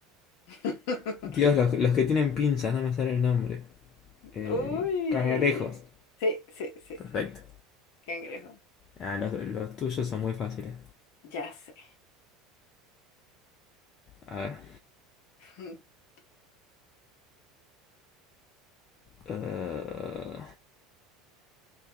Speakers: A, on the left; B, on the left.
A: <laughs>
B: Dios, los, los que tienen pinzas, no me sale el nombre.
A: Uy.
B: Eh, cangrejos.
A: Sí, sí, sí,
B: Perfecto.
A: sí. Cangrejo.
B: Ah, los, los tuyos son muy fáciles.
A: Ya sé.
B: A ver.
A: <laughs>
B: eh,